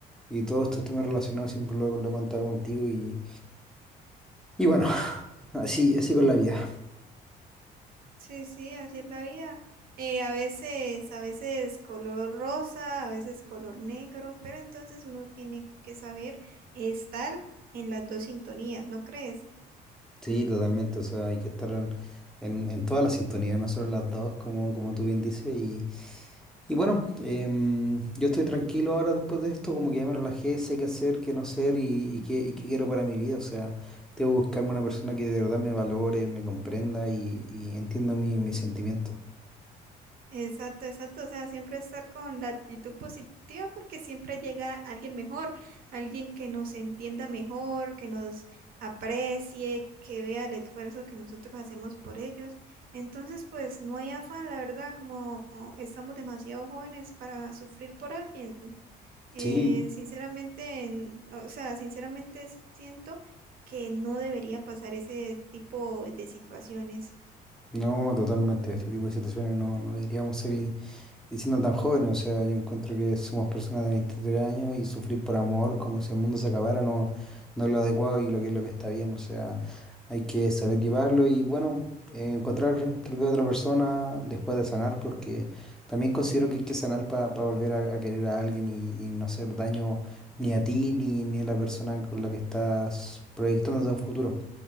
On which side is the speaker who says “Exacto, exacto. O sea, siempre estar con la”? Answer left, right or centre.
Right